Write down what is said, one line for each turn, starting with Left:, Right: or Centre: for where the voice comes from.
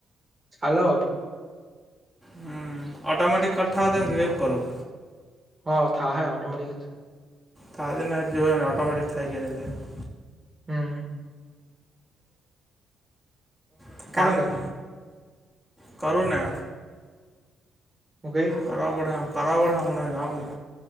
Right: હેલો
Centre: હમ્મ અટોમેટિક કઠા એમ વિવેક કરું
Right: હ થાહે ઓટોમટિક
Centre: તોજે ને જ જો ને ઓટોમેટિક થાય કે નહીં તે
Right: હમ્મ
Centre: તે કાન
Right: કે ની
Centre: કરુને
Right: હું કેય.
Centre: કારાવા કારવા પડે અમજ આવ ને.